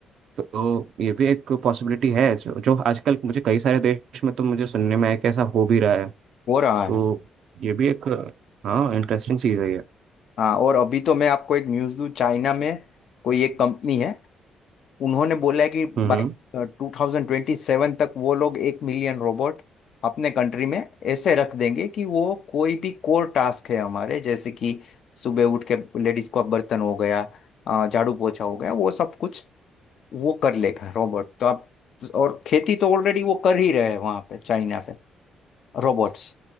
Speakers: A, on the right; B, on the left.
A: तो ये भी एक पॉसिबिलिटी है जो जो आजकल मुझे कई सारे देश में तो मुझे सुनने में है कि ऐसा हो भी रहा है
B: हो रहा
A: तो
B: है
A: ये भी एक हाँ इंटरेस्टिंग चीज़ है ये
B: हाँ और अभी तो मैं आपको एक न्यूज़ दूँ चाइना में कोई एक कंपनी है उन्होंने बोला है कि
A: हम्म
B: बाई
A: हम्म।
B: टू थाउजेंड ट्वेंटी सेवन तक वो लोग एक मिलियन रोबोट अपने कंट्री में ऐसे रख देंगे कि वो कोई भी कोर टास्क है हमारे जैसे कि सुबह उठ के लेडीज को अब बर्तन हो गया अ, झाड़ू पोछा हो गया वो सब कुछ वो कर लेगा रोबोट तो आप और खेती तो ऑलरेडी वो कर ही रहे हैं वहां पे चाइना पे रोबोट्स